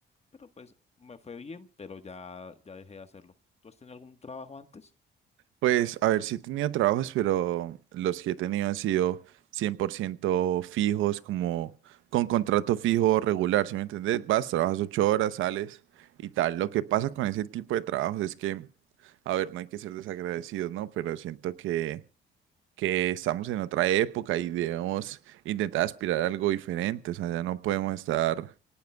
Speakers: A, on the left; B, on the right.
A: Pero pues me fue bien, pero ya, ya dejé de hacerlo. ¿Tú has tenido algún trabajo antes?
B: Pues, a ver, sí he tenido trabajos, pero los que he tenido han sido 100% fijos, como con contrato fijo regular, ¿sí me entendés? Vas, trabajas ocho horas, sales y tal. Lo que pasa con ese tipo de trabajos es que, a ver, no hay que ser desagradecidos, ¿no? Pero siento que, que estamos en otra época y debemos intentar aspirar a algo diferente, o sea, ya no podemos estar...